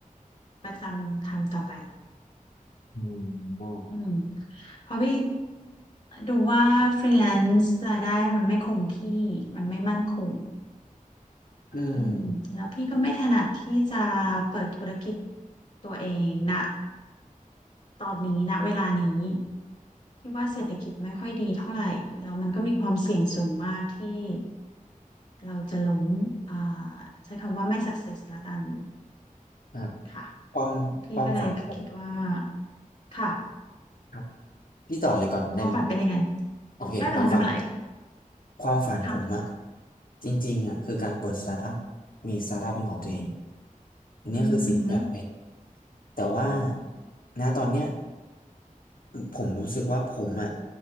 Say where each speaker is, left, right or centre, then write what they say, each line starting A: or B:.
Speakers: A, on the left (about 55°); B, on the left (about 85°).
A: ประจำทำต่อไป
B: อืมอือ
A: อืมเพราะพี่ดูว่าฟรีแลนซ์รายได้มันไม่คงที่มันไม่มั่นคง
B: อืม
A: อืมแล้วพี่ก็ไม่ถนัดที่จะเปิดธุรกิจตัวเองนะตอนนี้ณเวลานี้พี่ว่าเศรษฐกิจไม่ค่อยดีเท่าไหร่แล้วมันก็มีความเสี่ยงสูงมากที่เราจะล้มอ่าใช้คำว่าไม่ success ละกัน
B: ครับ
A: ค่ะ
B: ความความฝันผมอะ
A: พี่ก็เลยคิดว่าค่ะ
B: ครับ พี่ต่อเลยก่อนได้ไหม
A: ความฝันเป็นยังไง
B: โอเคความฝัน
A: ไม่เป็นไรไม่เป็นไร
B: ความฝันผมอะ
A: ค่ะ
B: จริงๆอะคือการเปิดสตาร์ทอัพมีสตาร์ทอัพเป็นของตัวเองอันนี้คือสิ่งที่อยากเป็น
A: อือหือ
B: แต่ว่าณตอนเนี้ยผมรู้สึกว่าผมอะ